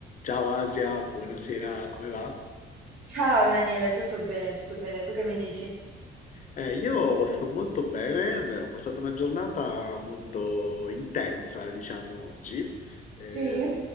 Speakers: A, on the left (about 40°); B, on the right (about 80°).
A: Ciao Asia, buonasera, come va?
B: Ciao Daniele, tutto bene, tutto bene, tu che mi dici?
A: Eh, io sto molto bene, eh, ho passato una giornata molto intensa, diciamo, oggi. Eh,
B: Sì?